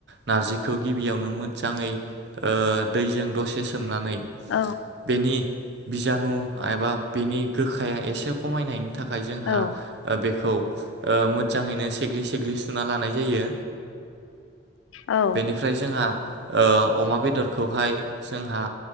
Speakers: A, on the right; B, on the left.
A: नारजि खौ गिबियावनो मोजाङै ओ दैजों दसे सोमनानै
B: औ
A: बेनि बिजानु एबा बिनि गोखा आखाया एसे खमायनायनि थाखाय जोंहा
B: औ
A: बेखौ मोजाङैनो सेग्लि सेग्लि सुना लानाय जायो
B: औ
A: बेनिफ्राय जोंहा। अमा बेदरखौहाय जोंहा